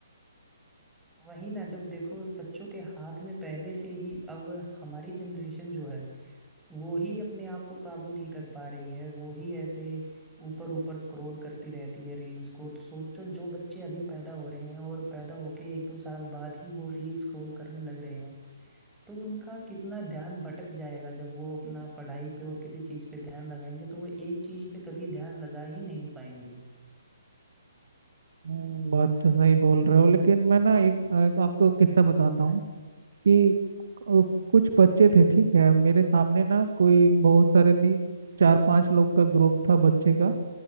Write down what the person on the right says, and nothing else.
हम्म, बात तो सही बोल रहे हो लेकिन मैं ना एक एक आपको किस्सा बताता हूँ कि अ, कुछ बच्चे थे ठीक है मेरे सामने ना कोई बहुत सारे नहीं चार पांच लोग का ग्रुप था बच्चे का